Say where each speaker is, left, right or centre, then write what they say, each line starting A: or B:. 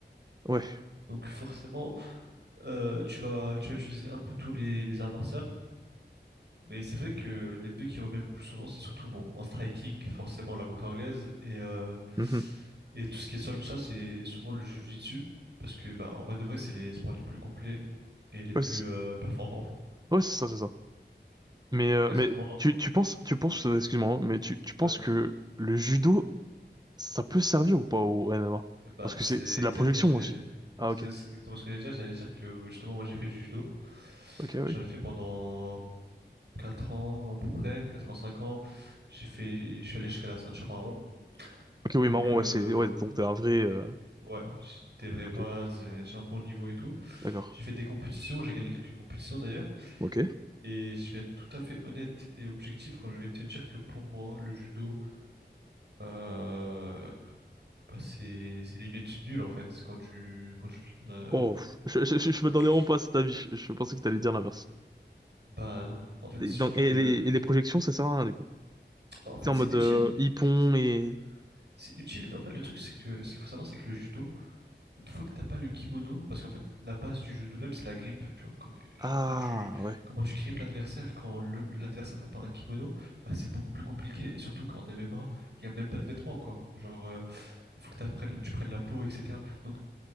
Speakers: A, on the right; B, on the right.
A: ouais,
B: Donc, forcément, euh, tu vas, tu vas utiliser un peu tous les, les arts martiaux. Mais c'est vrai que les deux qui reviennent le plus souvent, c'est surtout bon, en striking, forcément la boxe anglaise et, euh,
A: mhm.
B: et tout ce qui est sol, tout ça, c'est souvent le jiu-jitsu. Parce que bah, en vrai de vrai, c'est les sports les plus complets et les plus
A: Ouais, c'est
B: euh, performants en fait.
A: ouais, c'est ça, c'est ça. Mais, euh,
B: Par exemple,
A: mais
B: moi,
A: tu, tu penses, tu penses, euh, excuse-moi, hein, mais tu, tu penses
B: ouais,
A: que le judo, ça peut servir ou pas au MMA?
B: et bah,
A: Parce
B: c'est
A: que c'est, c'est
B: exactement
A: de la projection
B: ce que
A: aussi.
B: j'allais dire.
A: Ah,
B: C'est
A: ok,
B: c'est exactement ce que j'allais dire. J'allais dire que justement, moi j'ai fait du judo.
A: ok,
B: J'en
A: oui.
B: ai fait pendant 4 ans à peu près, 4 ans, 5 ans. J'ai fait, je suis allé jusqu'à la ceinture marron.
A: Ok, oui,
B: Donc,
A: marron,
B: euh,
A: ouais, c'est, ouais, donc t'es un vrai, euh,
B: Ouais, j'ai des vraies
A: ok.
B: bases, euh, j'ai un bon niveau et tout.
A: D'accord.
B: J'ai fait des compétitions, j'ai gagné quelques compétitions d'ailleurs.
A: Ok.
B: Et je vais être tout à fait honnête et objectif quand je vais te dire que pour moi, le judo, euh, bah c'est c'est limite nul en fait quand tu quand tu, euh,
A: Oh, pff, je, je, je, je
B: quand
A: m'attendais
B: tu-
A: vraiment pas à cet avis. Je, je pensais que t'allais dire l'inverse.
B: bah non. En fait,
A: Et
B: je
A: donc,
B: trouve
A: et
B: que
A: les, et les projections, ça sert à rien du coup.
B: bah en fait
A: C'est en
B: c'est
A: mode
B: utile,
A: euh, hippon
B: c'est
A: et...
B: c'est utile, mais en fait le truc c'est que ce qu'il faut savoir c'est que le judo une fois que t'as pas le kimono, parce qu'en fait, la base du jeu de même, c'est la grippe. Tu vois, quand- genre,
A: Ah,
B: quand tu,
A: ouais.
B: comment tu grippes l'adversaire, quand le- l'adversaire n'a pas un kimono, bah, c'est beaucoup plus compliqué. Et surtout quand en MMA, il n'y a même pas de vêtements, quoi. Genre, euh, il faut que t'apprennes- tu prennes la peau, etc. Donc,